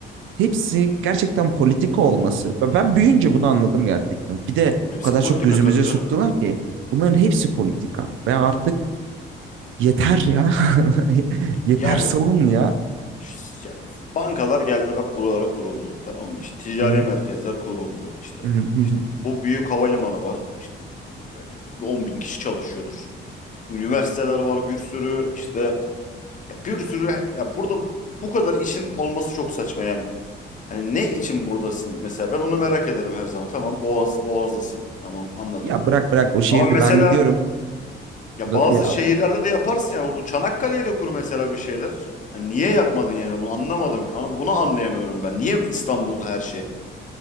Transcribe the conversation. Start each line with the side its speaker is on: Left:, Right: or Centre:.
Right: hepsi gerçekten politika olması. Ben ben büyüyünce bunu anladım gerçekten. Bir de
Left: Hepsi
Right: o kadar
Left: politika
Right: çok gözümüze
Left: tabii canım.
Right: soktular ki bunların hepsi politika. Ve artık yeter ya. <laughs> Yeter
Left: Yani,
Right: salın ya.
Left: ş- ya, bankalar geldi bak buralara kuruldu. Tamam mı? İşte ticari
Right: Hı hı,
Left: merkezler kuruldu. İşte
Right: hı hı, hı
Left: işte
Right: hı.
Left: bu büyük havalimanı var. İşte belki on bin kişi çalışıyordur. İşte üniversiteler var bir sürü. İşte ya bir sürü ya burada bu kadar işin olması çok saçma yani. Hani ne için buradasın mesela ben onu merak ederim her zaman. Tamam Boğaz Boğaz'dasın. Tamam anladım.
Right: Ya bırak bırak o şehirde
Left: Ama mesela
Right: ben gidiyorum.
Left: ya bazı
Right: Ya,
Left: şehirlerde de yaparsın ya bu Çanakkale'ye de kur mesela bir şeyler. Hani niye yapmadın yani bunu anlamadım. Yani bunu anlayamıyorum ben. Niye İstanbul'da her şey?